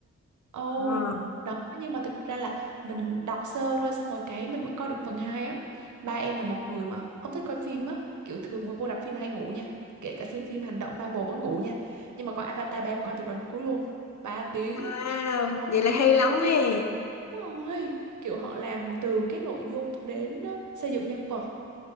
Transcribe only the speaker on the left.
À,
Ừ.
ừ.
wow,
vậy
là hay
lắm
ấy.